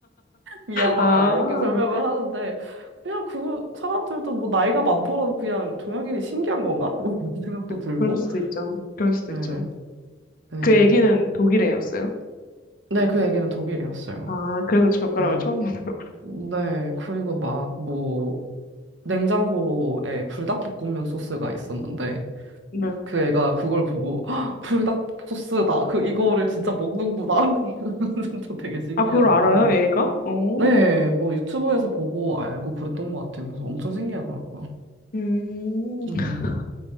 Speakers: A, on the right; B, on the left.
A: 미안하다
B: 아,
A: 이렇게
B: 어,
A: 설명을 하는데 그냥 그 사람들도 뭐 나이가 많더라도 그냥 종양인이 신기한 건가? 뭐 이런 <laughs> 생각도 들고
B: 그럴 수도 있죠. 그럴 수도
A: 네,
B: 있죠.
A: 네,
B: 그 애기는
A: 그-
B: 독일 애였어요.
A: 네, 그 얘기는 독일이었어요.
B: 아, 그래서 젓가락을
A: 네,
B: 처음 보는
A: 네, 그리고 막 뭐 냉장고에 불닭볶음면 소스가 있었는데
B: 거구나. 네.
A: 그 애가 그걸 보고 "헉, 불닭 소스다 그 이거를 진짜 먹는구나 <laughs> 또 되게 신기하고
B: 아, 그걸 알아요,
A: 막 그거
B: 애가? 오.
A: 네 뭐 유튜브에서 보고 알고 그랬던 것 같아요 그래서 엄청 신기하더라고요
B: 음,
A: 음.
B: <laughs>